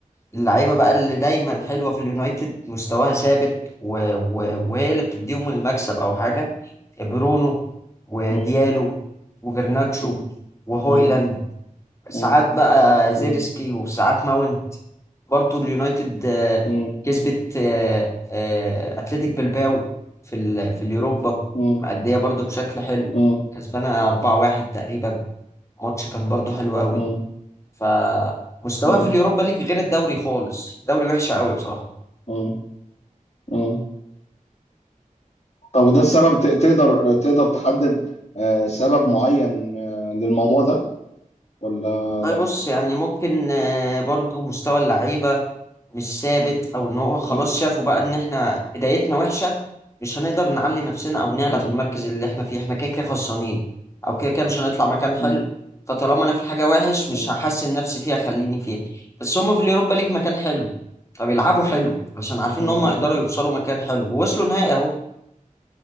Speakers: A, on the left; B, on the left.
A: اللعيبه بقى اللي دايما حلوه في اليونايتد مستواها ثابت و... و... وهي اللي بتديهم المكسب او حاجه برونو وديالو
B: مم.
A: وجرناتشو
B: مم.
A: وهويلاند
B: مم.
A: ساعات
B: مم.
A: بقى زيرسكي
B: مم.
A: وساعات ماون برضو اليونايتد آه،
B: مم.
A: كسبت آه، آه، اتلتيك بلباو في ال... في اليوروبا
B: مم.
A: مأدية برضو بشكل حلو
B: مم.
A: كسبانة 4-1 تقريبا ماتش كان برضو حلو قوي
B: مم.
A: فمستواه
B: مم.
A: في اليوروبا ليج غير الدوري خالص دوري وحش قوي بصراحة
B: مم. مم. طب وده السبب ت- تقدر تقدر تحدد آه، سبب معين آه، للموضوع ده ولا
A: والله
B: لا
A: بص يعني ممكن آه، برضو مستوى اللعيبة مش ثابت او ان هو خلاص
B: مم.
A: شافوا بقى ان احنا بدايتنا وحشة مش هنقدر نعلي نفسنا او نعلى
B: مم.
A: في المركز اللي احنا فيه احنا كده كده خسرانين او كده كده مش هنطلع مكان حلو
B: مم.
A: فطالما انا في حاجة وحش مش
B: مم.
A: هحسن نفسي فيها خليني فيها بس هما في اليوروبا ليج مكان حلو فبيلعبوا حلو عشان عارفين
B: مم.
A: ان هم يقدروا يوصلوا مكان حلو ووصلوا نهائي اهو